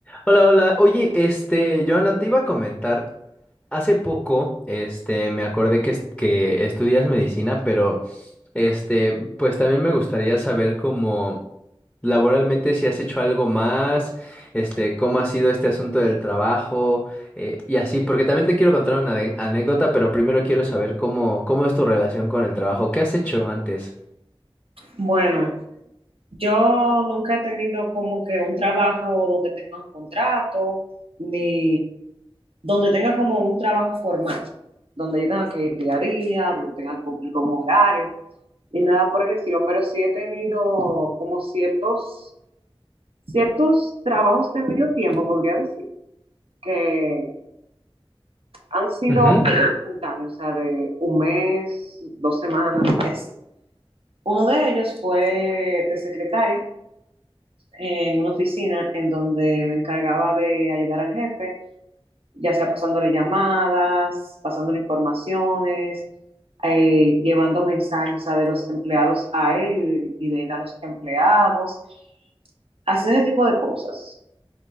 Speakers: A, in the centre; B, on the right (about 70°).
A: Hola, hola. Oye, este, Joana, te iba a comentar, hace poco, este, me acordé que, es- que estudias medicina, pero, este, pues también me gustaría saber cómo laboralmente si has hecho algo más, este, cómo ha sido este asunto del trabajo, eh, y así, porque también te quiero contar una ane- anécdota, pero primero quiero saber cómo, cómo es tu relación con el trabajo. ¿Qué has hecho antes?
B: Bueno, yo nunca he tenido como que un trabajo donde tenga un contrato, ni donde tenga como un trabajo formal, donde yo tenga que ir día a día, donde tenga que cumplir con un horario, ni nada por el estilo, pero sí he tenido como ciertos, ciertos trabajos de medio tiempo, podría decir, que han sido
A: Ujú, ujú.
B: Ajá. espontáneos, o sea, de un mes, dos semanas, y así. Uno de ellos fue de secretaria en una oficina en donde me encargaba de ayudar al jefe, ya sea pasándole llamadas, pasándole informaciones, eh, llevando mensajes o sea, de los empleados a él y de, y de, él a los empleados, haciendo ese tipo de cosas.